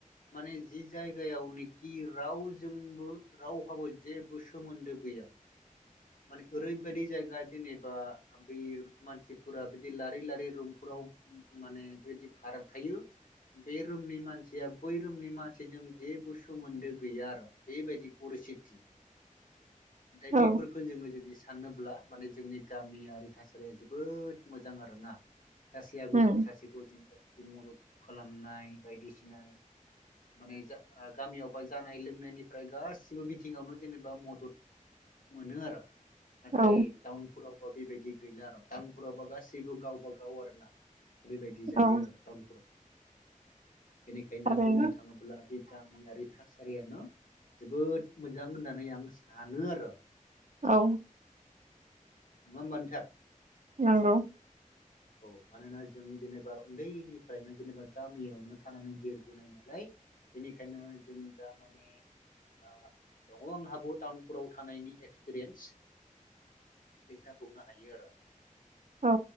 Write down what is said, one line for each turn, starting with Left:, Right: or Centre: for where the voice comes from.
Left: माने जि जायगायावनोखि रावजोंबो रावहाबो जेबो सोमोन्दो गैया माने ओरैबायदि जायगा जेनेबा बे मानसिफोरा बिदि लारि लारि रुमफोराव माने बिदि फारा थायो बे रुमनि मानसिया बै रुमनि मानसिजों जेबो सोमोन्दो गैया आरो बेबायदि परिसिति नाथाय
Right: औ
Left: बेफोरखौ जोङो जुदि सा साननोब्ला माने जोंनि गामियारि थासारिया जोबोद मोजां आरो ना। सासिया गुबुन
Right: उम
Left: सासिखौ जों बिदि मदद खालामनाय बायदिसिना माने जा गामियावबा जानाय लोंनायनिफ्राय गासिबो बिथिङावनो जेनेबा मदद मोनो आरो नाथाय
Right: औ
Left: टाउनफुराव बेबायदि गैला आरो टाउनफुरावबा गासैबो गावबा गाव आरो ना? बेबायदि जायो
Right: औ
Left: आरो टाउनफुराव। बेनिखायनो
Right: आरो
Left: बुंनो थाङोब्ला बे गामियारि थासारियानो जोबोद मोजां होननानै आंस सानो आरो
Right: औ।
Left: नङा होमबा नोंथां?
Right: नंगौ।
Left: औ मानोना, जों जेनेबा उन्दैनिफ्रायनो जेनेबा गामियावनो थानानै देरबोनाय नालाय बेनिखायनो जों दा माने आ दङ' आंहा बहुत। टाउनपुराव थानायनि एक्सपिरियेन्स बेखा बुंनो हायो आरो
Right: औ।